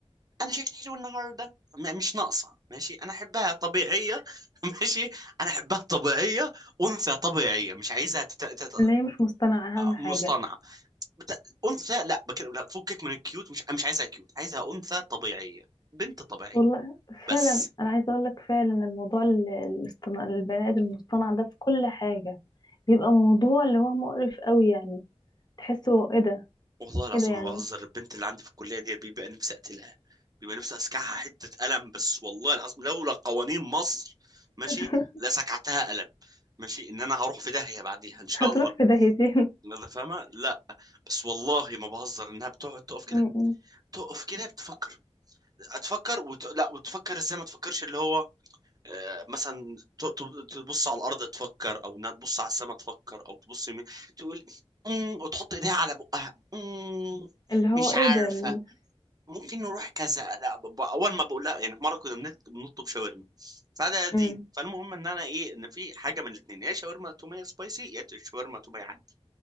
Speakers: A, on the right (about 35°); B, on the left (about 40°).
A: انا شكلي حلو النهارده م- مش ناقصه ماشي انا احبها طبيعيه <laughs> ماشي انا احبها طبيعيه انثى طبيعيه مش عايزها تت... تت...
B: اللي هي مش مصطنعه اهم حاجه
A: مصطنعه بت... انثى لا بكلم لا فكك من الكيوت مش مش عايزها كيوت عايزها انثى طبيعيه بنت طبيعيه
B: والله
A: بس
B: فعلا انا عايزه اقول لك فعلا الموضوع ال- الاصطناع البني ادم المصطنع ده في كل حاجه بيبقى موضوع اللي هو مقرف قوي يعني تحسه ايه ده
A: والله العظيم
B: ايه ده يعني
A: ما بهزر البنت اللي عندي في الكليه دي بيبقى نفسي اقتلها بيبقى نفسي اسكعها حته قلم بس والله العظيم لولا قوانين مصر ماشي
B: <laughs>
A: لسكعتها قلم ماشي ان انا هروح في داهيه بعديها ان شاء
B: هتروح
A: الله
B: في داهيتين
A: انت فاهمه لا بس والله ما بهزر انها بتقعد تقف كده
B: م- م.
A: تقف كده بتفكر هتفكر وت... لا وتفكر ازاي ما تفكرش اللي هو آه، مثلا ت- ت- تبص على الارض تفكر او انها تبص على السماء تفكر او تبص يمين تقول امم وتحط ايديها على بقها امم
B: اللي هو
A: مش
B: ايه
A: عارفه
B: ده ال...
A: ممكن نروح كذا لا ب- ب- اول ما بقول لها يعني مره كنا بنت- بنطلب شاورما فده دين
B: م.
A: فالمهم ان انا ايه ان في حاجه من الاثنين يا شاورما توميه سبايسي يا شاورما توميه عادي